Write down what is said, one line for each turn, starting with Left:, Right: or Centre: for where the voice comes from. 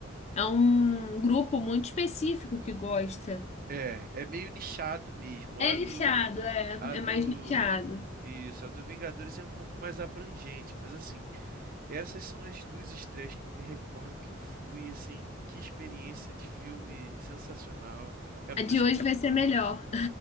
Left: é um grupo muito específico que gosta.
Right: É, é meio nichado mesmo.
Left: É
Right: A
Left: nichado,
Right: do,
Left: é.
Right: a
Left: É
Right: do
Left: mais nichado.
Right: Isso, a do Vingadores é um pouco mais abrangente, mas assim, essas são as duas estreias que eu me recordo que eu fui, assim, que experiência de filme sensacional. É por
Left: A de
Right: isso
Left: hoje
Right: que...
Left: vai ser melhor.